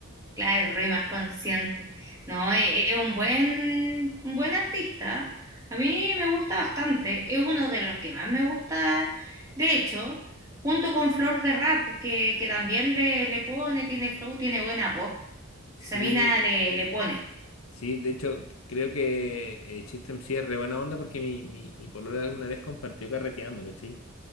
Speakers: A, on the right; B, on the left.
A: Claro, re más consciente. No, e- es un buen, un buen artista. A mí me gusta bastante. Es uno de los que más me gusta, de hecho, junto con Flor de Rap, que, que también le, le pone, tiene flow, tiene buena voz.
B: Sí,
A: Esa mina le, le pone.
B: sí, de hecho, creo que el System sí es re buena onda porque mi, mi, mi polola alguna vez compartió carreteando, ¿cachai?